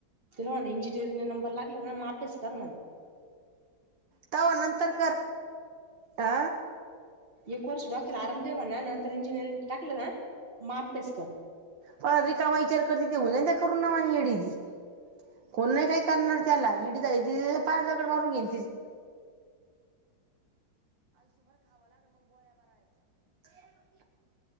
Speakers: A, on the right (about 30°); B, on the right (about 75°).
A: ते इंजिनिअरिंग न नंबर लागल आ मापेच कर ना.
B: तव नंतर कर अ
A: एक वर्ष डोकेला आराम देे म्हणावं नंतर इंजनीरींगला टाकलं ना मग अभ्यास कर
B: प रिकामा विचार करते तेऊ त्या करून नावा येडी कोण नाही काही करणार त्याला इडी झाली ती पायावर दगड मारून घेईल. <unintelligible> <unintelligible>